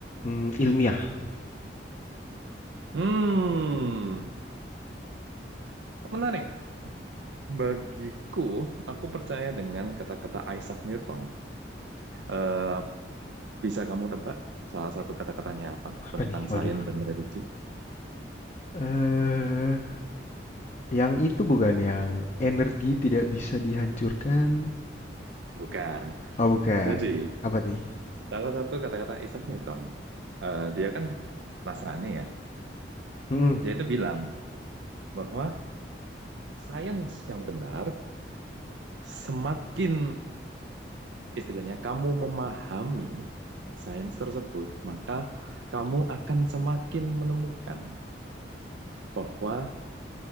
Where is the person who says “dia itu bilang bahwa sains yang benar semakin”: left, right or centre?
Right